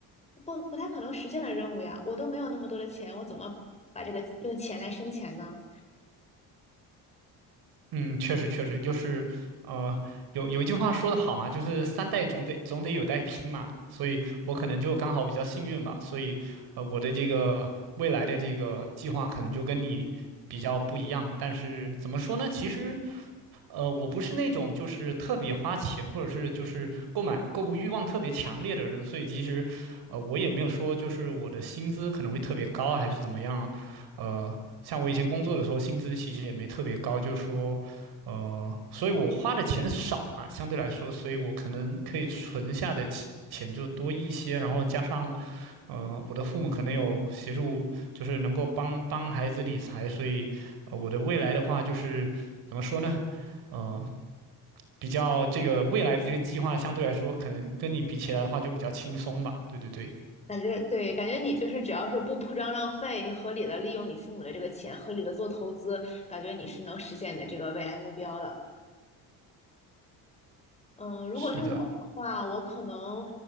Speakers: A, on the left; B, on the right.
A: 不不太可能实现的任务呀。我都没有那么多的钱，我怎么把这个用钱来生钱呢？
B: 嗯，确实确实就是，呃，有有一句话说的好嘛，就是三代总得总得有代拼嘛，所以我可能就刚好比较幸运吧，所以，呃，我的这个未来的这个计划可能就跟你比较不一样，但是怎么说呢？其实呃，我不是那种就是特别花钱，或者是就是购买购物欲望特别强烈的人，所以其实，呃，我也没有说就是我的薪资可能会特别高啊还是怎么样啊，呃，像我以前工作的时候，薪资其实也没特别高，就是说，呃，所以我花的钱少嘛，相对来说，所以我可能可以存下的钱钱就多一些，然后加上，呃，我的父母可能有协助，就是能够帮帮孩子理财，所以，呃，我的未来的话就是怎么说呢？嗯，比较这个未来的这个计划相对来说，可能跟你比起来的话就比较轻松吧。对对对，
A: 感觉对，感觉你就是只要是不铺张浪费，你合理的利用你父母的这个钱，合理的做投资，感觉你是能实现你的这个未来目标的。嗯，呃如果是我的话，
B: 是的。
A: 我可能